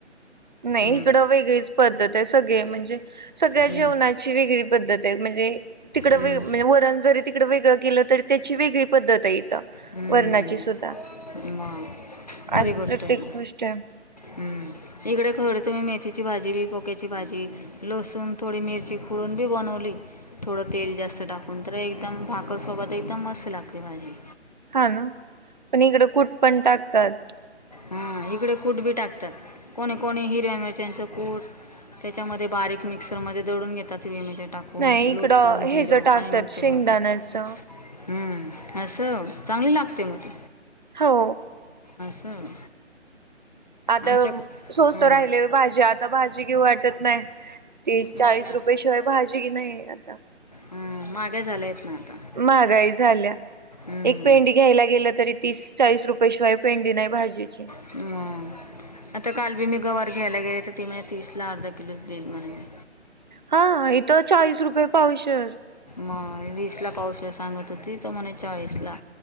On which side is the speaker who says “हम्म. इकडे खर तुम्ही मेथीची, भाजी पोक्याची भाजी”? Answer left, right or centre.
Left